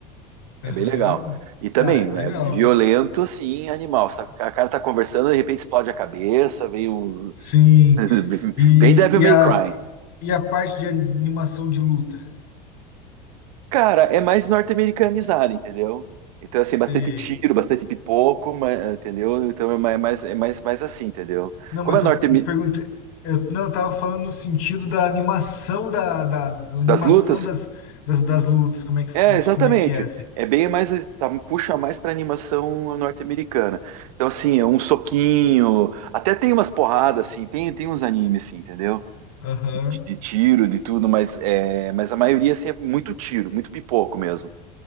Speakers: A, on the right (about 75°); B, on the left (about 60°).
A: É
B: Aham.
A: bem legal. E também,
B: Ah, legal.
A: é violento, assim, animal. Você tá- A cara tá conversando, de repente explode a cabeça, vem uns.
B: Sim.
A: <laughs>
B: E,
A: Bem Devil
B: e,
A: May
B: a,
A: Cry.
B: e a parte de animação de luta?
A: Cara, é mais norte-americanizado, entendeu? Então, assim,
B: Você
A: bastante tiro, bastante pipoco, ma- entendeu? Então é ma- é mais, é mais, mais assim, entendeu?
B: Não,
A: Como
B: mas
A: é norte
B: eu perguntei. Eu, não, eu tava falando no sentido da animação da, da, da animação
A: das lutas.
B: das, das, das lutas, como é que, fun-
A: É, exatamente.
B: como é que é, assim.
A: É bem mais. Tá, puxa mais pra animação norte-americana. Então, assim, é um soquinho. Até tem umas porradas, assim. Tem, tem uns animes, assim, entendeu?
B: Aham,
A: de tiro, de tudo, mas, é, mas a maioria assim, é muito tiro, muito pipoco mesmo.